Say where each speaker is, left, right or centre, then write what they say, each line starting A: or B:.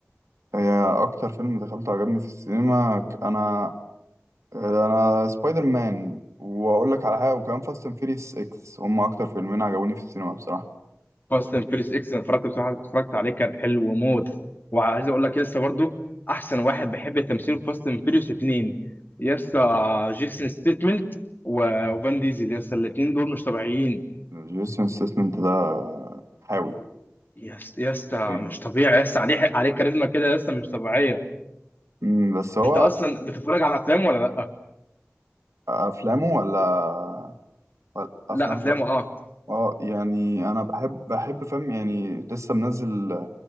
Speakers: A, on the right; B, on the left.
A: هي اكتر فيلم دخلته عجبني في السينما ك- انا انا سبايدر مان واقول لك على حاجه وكمان فاست اند فيريس 6 هم اكتر فيلمين عجبوني في السينما بصراحه
B: فاست اند فيريس اكس انا اتفرجت بصراحه اتفرجت عليه كان حلو وموت وعايز اقول لك لسه برضو احسن واحد بحب تمثيله في فاست اند فيريس اتنين يسا جيسون ستيتمنت وفان ديزل يسا الاتنين دول مش طبيعيين
A: جيسون ستاثام ده حاوي
B: يس يسا
A: فاهم.
B: مش طبيعي يسا عليه عليه كاريزما كده يسا مش طبيعيه
A: أمم، بس هو
B: انت اصلا بتتفرج على افلام ولا لا
A: افلامه ولا ولا افلام
B: لا افلامه
A: في
B: اه
A: اه يعني انا بحب بحب فيلم يعني لسه منزل